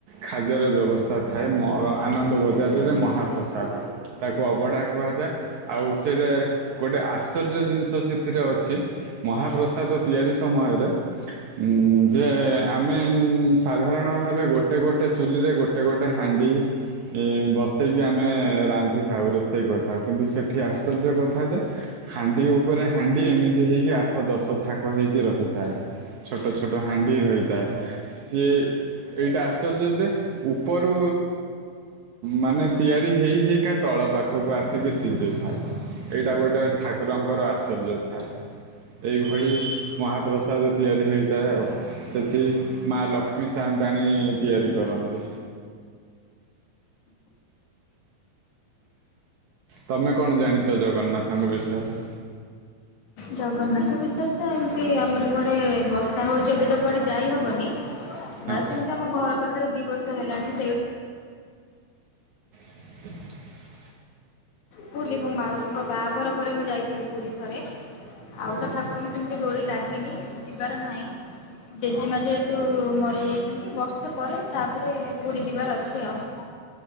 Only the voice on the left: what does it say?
ଜଗନ୍ନାଥ ବିଷୟରେତ ଏମିତି ଆମର କୁଆଡେ ବର୍ଷା ହଉଛି ଏବେତ କୁଆଡେ ଯାଇ ହବନି
ବାସ ସେମିତି ଆମ ଘର ପାଖରେ ଦି ବର୍ଷ ହେଲାଣି ସେଇ
ପୁରୀ ମୋ ମାଉସୀଙ୍କ ବାହାଘର ପରେ ମୁଁ ଯାଇଥିଲି, ପୁରୀ ଥରେ ଆଉତ ଠାକୁରଙ୍କ ସେମିତି ଡୋରି ଲାଗିନି, ଯିବାର ନାହିଁ ଜେଜେମା ଯେହେତୁ ମରି ଯାଇଛନ୍ତି। ବର୍ଷେ ପରେ ତାପରେ ପୁରୀ ଯିବାର ଅଛି। ଆଉ